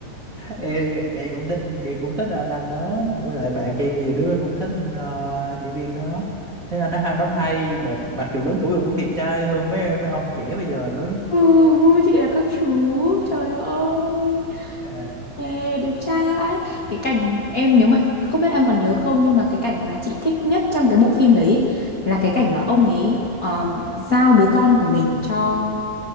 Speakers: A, on the right; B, on the left.
A: em, em cũng thích em cũng thích ờ, anh đó với lại bạn em nhiều đứa nó cũng thích ờ, diễn viên đó thế anh nó hay đóng hay mà mặc dù lớn tuổi rồi vẫn đẹp trai hơn mấy mấy ông trẻ bây giờ nữa
B: Ừ, gu chị là các chú. Trời ơi.
A: dạ
B: Ê, đẹp trai ấy. Cái cảnh em nếu mà không biết em còn nhớ không nhưng mà cái cảnh mà chị thích nhất trong cái bộ phim đấy là cái cảnh mà ông ấy um, giao đứa con của mình cho